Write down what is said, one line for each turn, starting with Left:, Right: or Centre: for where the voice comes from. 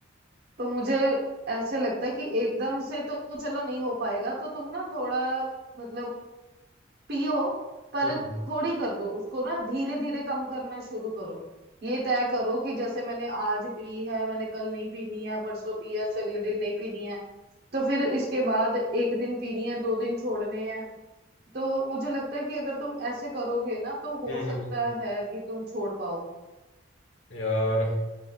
Right: तो मुझे ऐसे लगता है कि एकदम से तो तो चलो नहीं हो पाएगा तो तुम ना थोड़ा मतलब पियो पर
Left: हम्म
Right: थोड़ी कर दो उसको ना धीरे धीरे कम करना शुरू करो ये तय करो कि जैसे मैंने आज पी है मैंने कल नहीं पीनी है परसों पी है उससे अगले दिन नहीं पीनी है तो फिर इसके बाद एक दिन पीनी है दो दिन छोड़ने हैं तो मुझे लगता है कि अगर तुम ऐसे करोगे ना तो हो
Left: हम्म हम्म,
Right: सकता है कि तुम छोड़ पाओ
Left: यार